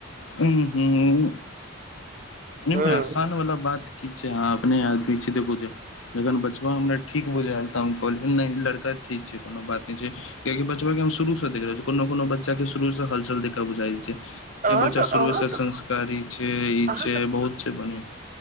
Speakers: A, on the left; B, on the right.
A: हँ हूँ याईमे
B: हँ
A: एहसान वाला बात की छै आहा अपने आदमी छै देखो जे जखन बचबा हमरा ठीक बुझाायल तऽ हम कहलियै नहि लड़का ठीक छै कोनो बात नहि छै किया कि बचबा के हम शुरूसँ देख रहल छी कोनो कोनो बच्चा के शुरूसँ हलचल देख कऽ बुझाइत छै
B: अहाँ
A: इ बच्चा
B: तऽ
A: शुरुए
B: अहाँ
A: सॉ
B: तऽ
A: संस्कारी छै ई
B: अहाँ
A: छै
B: तऽ
A: बहुत छै बढ़िया